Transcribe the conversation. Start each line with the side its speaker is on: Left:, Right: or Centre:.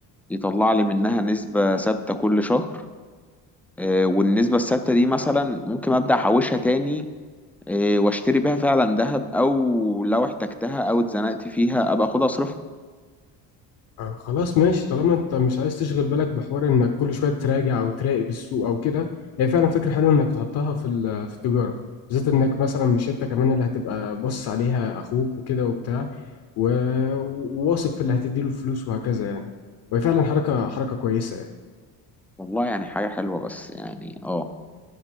Centre: يطلع لي منها نسبه ثابته كل شهر آه، والنسبه الثابته دي مثلا ممكن ابدا احوشها تاني آه، واشتري بيها فعلا ذهب او لو احتجتها او اتزنقت فيها ابقى اخدها اصرفها
Left: آه، خلاص ماشي طالما انت مش عايز تشغل بالك بحوار انك كل شويه تراجع او تراقب السوق او كده هي فعلا فكره حلوه انك تحطها في ال- في التجاره بالذات انك مثلا مش انت كمان اللي هتبقى بص عليها اخوك وكده وبتاع و- وواثق في اللي هتديله فلوس وهكذا يعني وهي فعلا حركه حركه كويسه يعني
Centre: والله يعني حاجه حلوه بس يعني اه